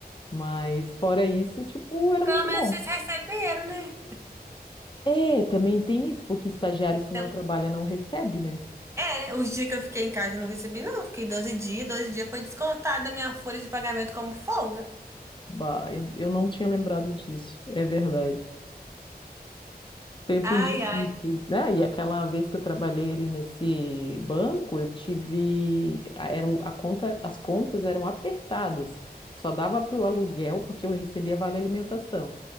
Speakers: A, on the left; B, on the right.
A: Mas fora isso, tipo, era
B: Pelo
A: muito
B: menos
A: bom.
B: vocês receberam, né?
A: É, também tem isso, porque estagiário, se
B: Então,
A: não trabalha, não recebe, né?
B: É, os dias que eu fiquei em casa eu não recebi, não. Fiquei 12 dias, 12 dias foi descontado da minha folha de pagamento como folga.
A: Bah, eu, eu não tinha lembrado disso, é verdade. Tempos
B: Ai,
A: difíceis,
B: ai.
A: né? E aquela vez que eu trabalhei ali nesse banco, eu tive. a- Era, o- a conta, as contas eram apertadas, só dava para o aluguel, porque eu recebia vale alimentação.